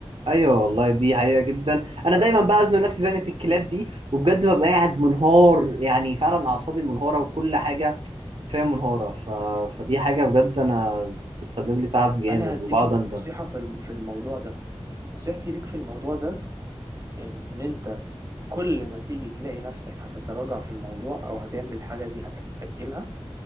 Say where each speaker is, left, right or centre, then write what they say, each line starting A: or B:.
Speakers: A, on the right (about 60°); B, on the right (about 30°).
A: ايوه والله دي حقيقه جدا انا
B: ف...
A: دايما بأذن نفسي زنقه الكلاب
B: م.
A: دي وبجد ببقى قاعد منهار يعني فعلا اعصابي منهاره وكل حاجه فيها منهاره ف... فدي حاجه بجد انا بتسبب لي تعب جامد
B: انا هديك
A: وبقعد
B: نصيحه
A: اندم
B: في الم- في الموضوع ده نصيحتي ليك في الموضوع ده ان انت كل ما تيجي تلاقي نفسك هتتراجع في الموضوع او هتعمل حاجه دي هتأجلها